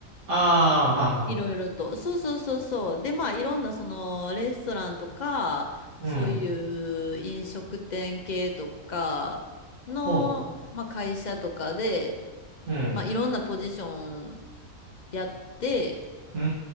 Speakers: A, on the right; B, on the left.
A: ああ、はは。
B: いろいろと。そうそうそうそう。で、まあ、いろんな、その、レストランとか、
A: うん。
B: そういう飲食店系とかの、
A: ほ
B: まあ、会社とかで、
A: う。うん。
B: まあ、いろんなポジションやって、
A: うー